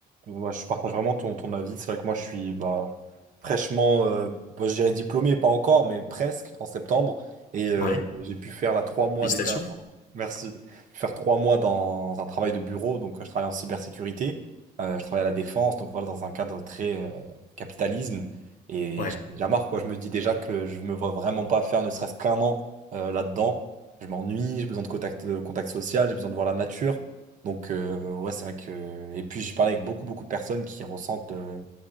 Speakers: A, on the right; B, on the left.
A: Moi, je partage vraiment ton, ton avis. C'est vrai que moi, je suis bah, fraîchement, euh, bah, je dirais diplômé, pas encore, mais presque en septembre. Et euh,
B: Ouais.
A: j'ai pu faire là trois mois
B: Félicitations.
A: déjà Merci. Je vais faire trois mois dans un travail de bureau, donc euh, je travaille en cybersécurité, euh, je travaille à la défense, donc voilà, dans un cadre très euh, capitalisme. Et
B: Ouais.
A: j'ai déjà marre, quoi. Je me dis déjà que je me vois vraiment pas faire ne serait-ce qu'un an euh, là-dedans. Je m'ennuie, j'ai besoin de contact, de contact social, j'ai besoin de voir la nature. Donc, euh, ouais, c'est vrai que. Et puis, j'ai parlé avec beaucoup, beaucoup de personnes qui ressentent, euh,